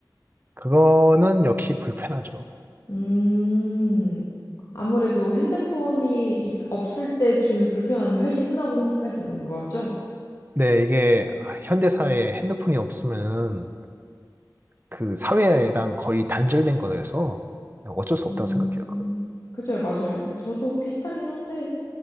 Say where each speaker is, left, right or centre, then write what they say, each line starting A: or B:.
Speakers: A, on the right (about 30°); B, on the left (about 55°).
A: 그거는 역시 불편하죠.
B: 음, 아무래도 핸드폰이 있- 없을 때 주는 불편함이 훨씬 크다고 생각하시는 거죠?
A: 네, 이게 아, 현대 사회에 핸드폰이 없으면 그 사회랑 거의 단절된 거라서 어쩔 수 없다고
B: 음,
A: 생각해요. 그거.
B: 그죠, 맞아요. 저도 비슷하긴 한데